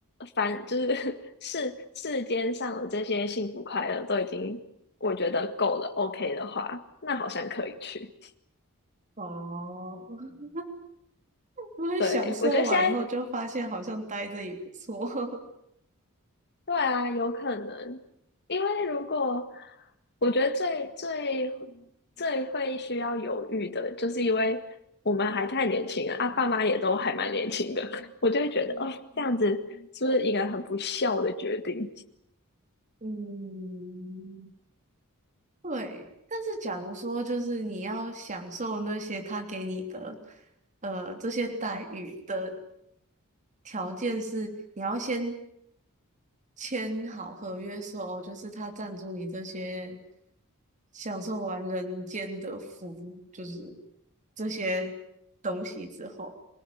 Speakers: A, on the left; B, on the right.
A: 凡就是 <laughs> 世世间上的这些幸福快乐都已经我觉得够了，OK 的话，那好像可以去。
B: 哦，<laughs> 我会享受完以后就发现好像待着也不错。
A: 对，我觉得现在
B: <laughs>
A: 对啊，有可能，因为如果我觉得最最最会需要犹豫的，就是因为我们还太年轻了啊，爸妈也都还蛮年轻的，<laughs> 我就会觉得哦，这样子是不是一个很不孝的决定？
B: 嗯，对。但是假如说就是你要享受那些他给你的，呃，这些待遇的条件是你要先签好合约说，哦，就是他赞助你这些享受完人间的福，就是这些东西之后，